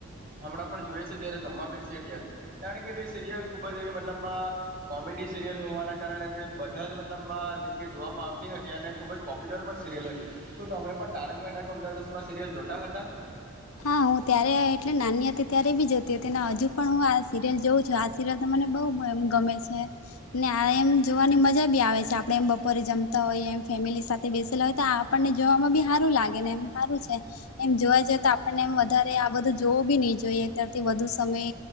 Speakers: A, on the right (about 40°); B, on the left (about 80°).
A: હમણાં પણ જોઈએ છે જયારે જમવા બેસી ત્યારે કારણ કે સિરિયલ ખુબ જ એવી મતલબમાં કોમેડી સિરિયલ હોવાના કારણે જે બધા જ મતલબ આ જગ્યા જોવામાં આવતી હતી અને ખુબ જ પોપ્યુલર પણ સિરિયલ હતી તો તમે પણ તારક મમાં સિરિયલ જોતા હતા
B: હા હું ત્યારે એટલે નાની હતી ત્યારે બી જોતી હતી અને હજુ પણ હું આ સિરિયલ જોઉં છું તલા ત મને બહુ ગમે છે ને આ એમ જોવાની મજા બી આવે છે આપડણે એમ બપોરે જમતા હોયએ એમ ફેમિલી સાથે બેસેલા હોય તો આપણને જોવામાં બી સારું લાગે ને એમ સારું છે એમ જોવા જ આપણને એમ વધારે આ બધું જોવું બી નહી જોઈએ એક તરથી વધુ સમય